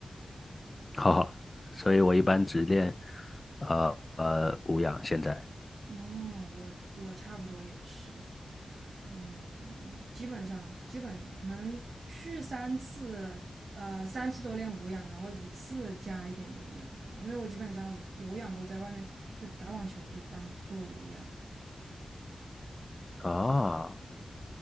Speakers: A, on the left (about 25°); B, on the right (about 70°).
A: <laughs> 哈哈。所以我一般只练呃呃无氧现在
B: 嗯，我我差不多也是。嗯，基本上基本可能去三次，呃，三次都练无氧，然后一次加一点有氧，这样。因为我基本上有氧都在外面，就打网球就当做有氧，
A: 啊。